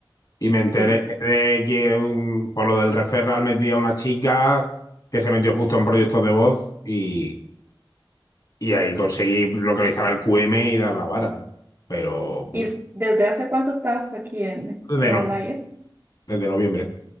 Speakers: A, on the left; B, on the right.
A: y me enteré
B: Sí.
A: de que un- por lo del referral metí a una chica que se metió justo en proyectos de voz y, y ahí conseguí localizar al QM y dar la vara. Pero
B: ¿Y
A: uf,
B: desde hace cuánto estás aquí en,
A: desde,
B: en
A: no-
B: Outlier?
A: desde noviembre.